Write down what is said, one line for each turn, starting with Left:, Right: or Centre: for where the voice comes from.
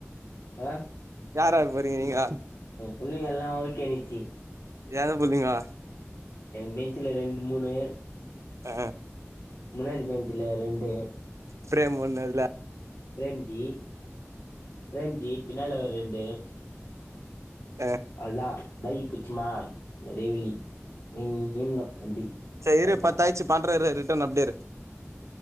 Left: ஆ
Right: யார்ரா போரீங்க நீங்க
Left: பிள்ள எல்லா ஓகேணிச்சி
Right: ஏது புல்லிங்கோ
Left: எ பெஞ்சுல ரெண்டு மூணு
Right: ஆ
Left: முன்னாடி பெஞ்ச்ல ரெண்டு
Right: பிரேம் போன்னு அதுல
Left: பிரேம்ஜி பிரேம்ஜி பின்னால ஒரு ரெண்டு
Right: ஆ
Left: அல்தா பேகி புச்சுமா ஒரேவலி நீ ண் வண்டி
Right: சரி
Left: அவ்ளதா
Right: பத்தாய்ச்சு பண்ற இரு ரிட்டரன் அப்டியேரு